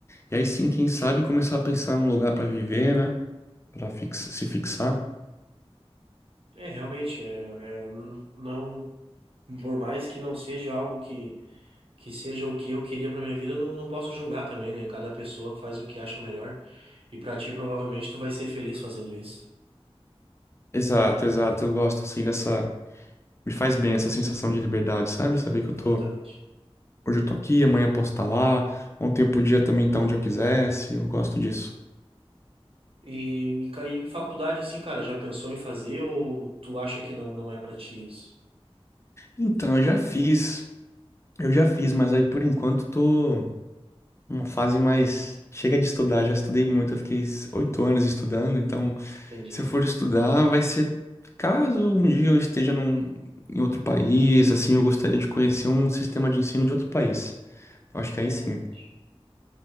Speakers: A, on the left; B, on the right.
A: e aí sim, quem sabe começar a pensar num lugar pra viver, né? Pra fix, se fixar.
B: É, realmente, é, é, não, por mais que não seja algo que, que seja o que eu queria pra minha vida, eu não, não posso julgar também, né? Cada pessoa faz o que acha melhor. E pra ti, provavelmente, tu vai ser feliz fazendo isso.
A: Exato, exato. Eu gosto assim dessa. Me faz bem essa sensação de liberdade, sabe? Saber que eu
B: Exatamente.
A: tô Hoje eu tô aqui, amanhã eu posso estar lá, ontem eu podia também estar onde eu quisesse, eu gosto disso.
B: E, e ca- e em faculdade, assim, cara, já pensou em fazer ou tu acha que não, não é pra ti isso?
A: Então, eu já fiz, eu já fiz, mas aí por enquanto tô numa fase mais. Chega de estudar, já estudei muito, eu fiquei s-
B: Sim,
A: oito anos estudando, então
B: Entendi.
A: se eu for estudar, vai ser caso um dia eu esteja num, em outro país, assim, eu gostaria de conhecer um sistema de ensino de outro país. Eu acho que aí
B: É, realmente.
A: sim.